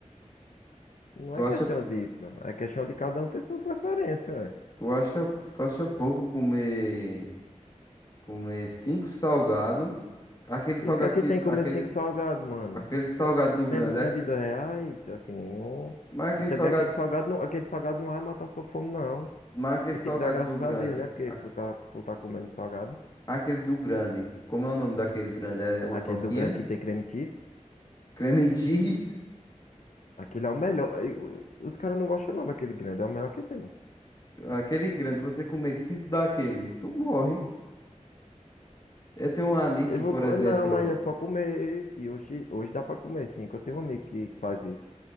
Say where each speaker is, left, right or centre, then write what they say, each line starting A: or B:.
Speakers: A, on the left (about 85°); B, on the left (about 30°).
A: Não
B: tu
A: é
B: acha,
A: questão disso. É questão de cada um ter sua preferência, ué.
B: tu acha, tu acha pouco comer, comer cinco salgado, aquele salgado
A: E o que é que
B: que,
A: tem comer
B: aquele,
A: cinco salgados, mano?
B: aquele salgado do
A: Se
B: grande
A: não é, não
B: é
A: é de dois reais, assim, não...
B: mas aquele
A: E também
B: salgado
A: aquele salgado, não, aquele salgado não vai matar sua fome, não.
B: Mas aquele
A: E
B: salgado
A: tem que dar graças
B: do grande.
A: a Deus, né? Porque
B: a-
A: por tá, por tá comendo salgado.
B: Aquele do grande. Como é o nome daquele grande? É é uma
A: Aquele
B: tortinha?
A: do grande que tem creme cheese.
B: Creme cheese?
A: Aquele é o melhor. E o- Os caras não gostam não daquele grande, é o melhor que tem.
B: <laughs> Aquele grande, você comer cinco daquele, tu morre. Eu tenho um amigo
A: Eu
B: que,
A: vou,
B: por
A: co-
B: exemplo,
A: não, mas é só comer. E hoje, hoje dá pra comer, sim. que Eu tenho um amigo que faz isso.